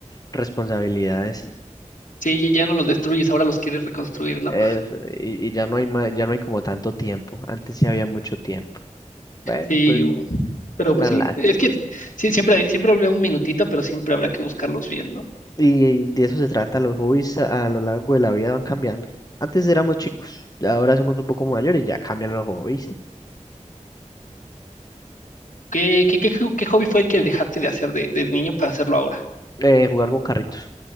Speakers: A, on the left; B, on the left.
A: responsabilidades.
B: Sí, ya no los destruyes, ahora los quieres reconstruir, ¿no?
A: Eso, y, y ya no hay ma- ya no hay como tanto tiempo. Antes sí había mucho tiempo. Bueno,
B: Sí,
A: pero es
B: pero
A: una
B: pues sí,
A: lástima.
B: es que sí, siempre, siempre habrá un minutito, pero siempre habrá que buscarlos bien, ¿no?
A: Y de eso se trata, los hobbies a, a lo largo de la vida van cambiando. Antes éramos chicos, ya ahora somos un poco mayores y ya cambian los hobbies.
B: ¿Qué, qué, qué, jo- qué hobby fue el que dejaste de hacer de, de niño para hacerlo ahora?
A: Eh, jugar con carritos.